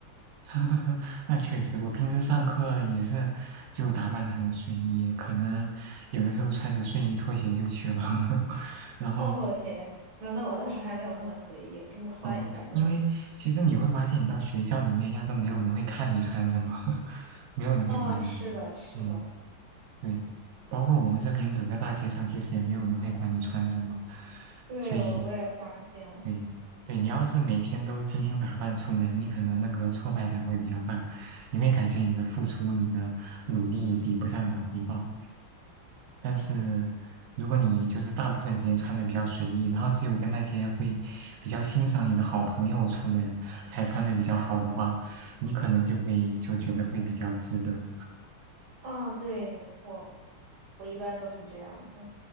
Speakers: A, on the right; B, on the right.
A: <laughs> 那确实，我平时上课也是就打扮的很随意，可能有的时候穿着睡衣拖鞋就去了。<laughs>
B: <laughs>
A: 然后，
B: 哦天，那那我倒是还没有那么随意，我是换一下的。
A: 嗯、因为其实你会发现，你到学校里面压根没有人会看你穿什么，<laughs> 没有人会管你。
B: 啊、是的，是的，
A: 嗯，对，包括我们这边走在大街上，其实也没有人会管你穿什么，
B: 对，
A: 所以
B: 我我也发现了。
A: 对，对你要是每天都精心打扮出门，你可能那个挫败感会比较大，你会感觉你的付出、你的努力比不上你的回报。但是如果你就是大部分时间穿的比较随意，然后只有跟那些会比较欣赏你的好朋友出门才穿的比较好的话，你可能就会就觉得会比较值得。
B: 啊，对，没错，我一般都是这样的。